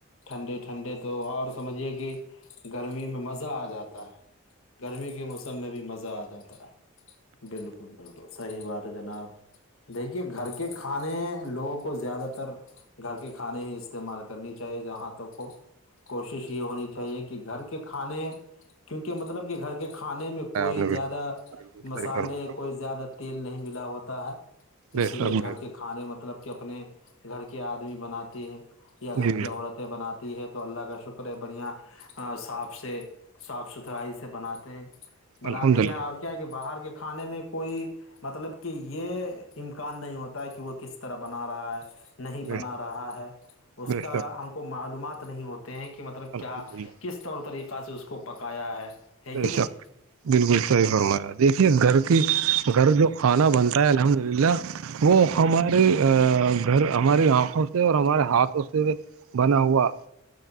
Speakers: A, on the left; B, on the right.
A: ٹھنڈے- ٹھنڈے- تو اور سمجھیے کہ گرمی میں مزہ آ جاتا ہے گرمی کے موسم میں بھی مزہ آ جاتا ہے- بالکل- بالکل صحیح بات ہے جناب- دیکھیے گھر کے کھانے لوگوں کو زیادہ تر گھر کے کھانے ہی استعمال کرنی چاہیے جہاں تک ہو- کوشش یہ ہونی چاہیے کہ گھر کے کھانے کیونکہ مطلب کہ گھر کے کھانے میں کوئی
B: آپ نے بالکل
A: زیادہ
B: بالکل
A: مسالے
B: صحیح فرمایا
A: کوئی زیادہ تیل نہیں ملا ہوتا ہے-
B: بے
A: اسی
B: شک
A: لیے گھر
B: بے شک
A: کے کھانے مطلب کہ اپنے گھر کے آدمی بناتے ہیں یا
B: جی
A: گھر کی عورت- بناتی ہے تو اللہ کا شکر ہے بڑھیا صاف سے صاف ستھرائی سے بناتے ہیں- بناتی
B: الحمد للہ
A: ہے اور کیا کہ باہر کے کھانے میں کوئی مطلب کہ یہ- امکان نہیں ہوتا ہے کہ وہ کس طرح بنا رہا ہے- نہیں
B: بہتر
A: بنا رہا ہے اس
B: بہتر
A: کا ہم کو معلومات نہیں ہوتی- ہیں کہ مطلب
B: الحمد
A: کیا
B: للہ
A: کس طور طریقہ سے اس کو پکایا ہے- ہے
B: بے
A: کہ نہیں
B: شک بالکل صحیح فرمایا دیکھیے گھر کی گھر جو- کھانا بنتا ہے الحمد للہ- وہ ہماراری گھر ہماری آنکھوں سے، اور ہمارے ہاتھوں سے- بنا ہوا